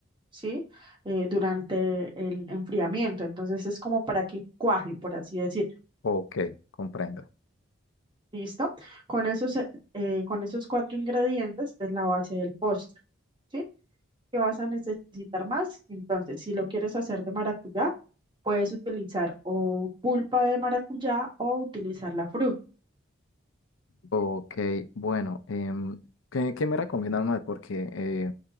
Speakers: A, on the right; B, on the left.
A: ¿sí? Eh, durante el enfriamiento. Entonces es como para que cuaje, por así decir.
B: Ok, comprendo.
A: ¿Listo? Con esos, eh, eh, con esos cuatro ingredientes es la base del postre, ¿sí? ¿Qué vas a necesitar más? Entonces, si lo quieres hacer de maracuyá, puedes utilizar o pulpa de maracuyá o utilizar la fruta.
B: Ok, bueno, em, ¿qué, qué me recomiendas más? Porque... eh,